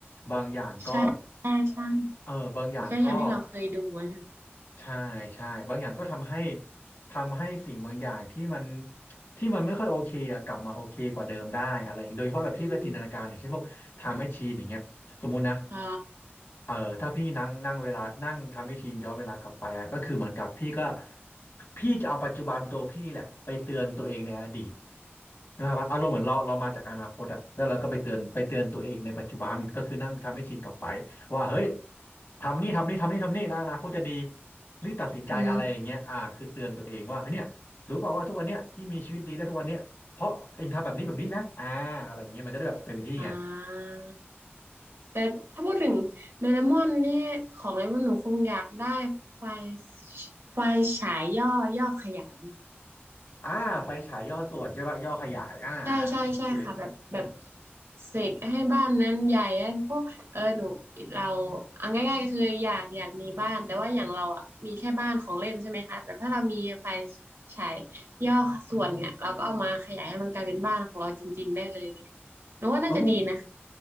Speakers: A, on the left (about 70°); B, on the right (about 70°).
A: บางอย่างก็
B: ใช่ใช่ใช่
A: เออบางอย่างก็
B: ีก็อย่างที่เราเคยดูอะนะ
A: ใช่ใช่บางอย่างก็ทำให้ทำให้สิ่งบางอย่างที่มันที่มันไม่ค่อยโอเคอะกลับมาโอเคกว่าเดิมได้อะไรอย่างเงี้ยโดยเฉพาะแบบพี่ก็จินตนาการอย่างเช่นพวกไทม์แมชชีนอย่างเงี้ยสมมุตินะ
B: อืมอ๋อ
A: เออถ้าพี่นั่งนั่งเวลานั่งทำให้ชินย้อนเวลากลับไปอะก็คือเหมือนกับพี่ก็พี่จะเอาปัจจุบันตัวพี่แหละไปเตือนตัวเองในอดีตนะครับอารมณ์เหมือนเราเรามาจากอนาคตอะแล้วเราก็ไปเตือนไปเตือนตัวเองในปัจจุบันก็คือนั่งทำให้ชินกลับไปว่าเฮ้ยทำนี่ทำนี่ทำนี่ทำนี่แล้วอนาคตจะดีรีบตัดสินใจอะไรอย่างเงี้ยอ่าคือเตือนตัวเองว่าเฮ้ยเนี่ยรู้เปล่าว่าทุกวันเนี้ยที่มีชีวิตดีได้ทุกวันเนี้ยเพราะเองทำแบบนี้แบบนี้นะอ่าอะไรอย่างเงี้ยมันจะได้แบบเต็มที่ไง
B: อืมอ่าแต่ถ้าพูดถึงโดเรมอนนี่ของเลยว่าหนูคงอยากได้ไฟไฟฉายย่อย่อขยาย
A: อ่าไฟฉายย่อส่วนใช่ป่ะย่อขยายอ่าอ่าโอเค
B: ใช่ใช่ใช่ค่ะแบบแบบเสกให้บ้านนั้นใหญ่พวกเออหนูเราเอาง่ายๆก็คืออยากอยากมีบ้านแต่ว่าอย่างเราอ่ะมีแค่บ้านของเล่นใช่ไหมคะแบบถ้าเรามีไฟฉายย่อส่วนเนี่ยเราก็เอามาขยายให้มันกลายเป็นบ้านของเราจริงๆได้เลยเงี้ยหนูว่าน่าจะดีนะคะ
A: โอ้